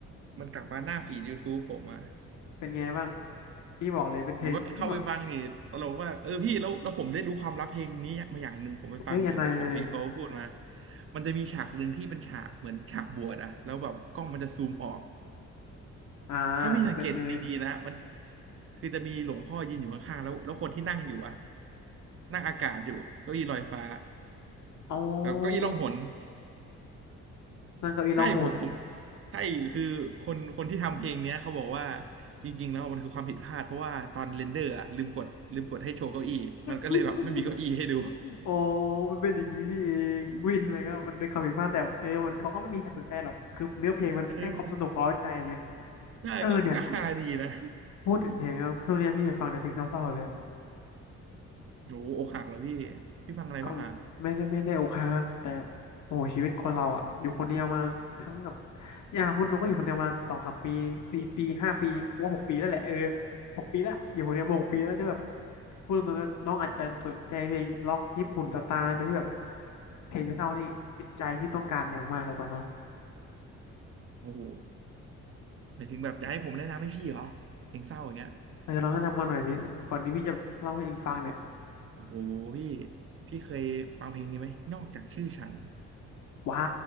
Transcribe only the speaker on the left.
เป็นไงบ้างพี่บอกเลยเป็นเพลงที่บอก
เฮ้ยยังไงเลย
อ่า
เป็นยังไง
อ๋อ
นั่งเก้าอี้ร้องโหด
<laughs> โอ้มันเป็นอย่างนี้นี่เองวิ่งอะไรก็มันเป็นความผิดพลาดแต่แบบเออมันเขาก็ไม่มีใครสนใจหรอกคือเนื้อเพลงมันให้ความสนุกเร้าใจไง
เออเนี่ยพูดถึงเพลงแล้วช่วงเนี้ยพี่ฟังแต่เพลงเศร้าๆเลย
ก็ไม่ได้ไม่ได้อกหักแต่โอ้โหชีวิตคนเราอ่ะอยู่คนเดียวมาทั้งแบบอย่าพูดหนูก็อยู่คนเดียวมาสองสามปีสี่ปีห้าปีว่าหกปีแล้วแหละเออหกปีละอยู่คนเดียวมาหกปีแล้วก็แบบพูดตรงๆนะน้องอาจจะสนใจเพลงล็อกญี่ปุ่นสไตล์แต่ที่แบบเพลงเศร้านี่ติดใจพี่ต้องการอย่างมากเลยป่ะน้อง
เออลองแนะนำมาหน่อยดิก่อนที่พี่จะเล่าให้เองฟังเนี่ย
ว้า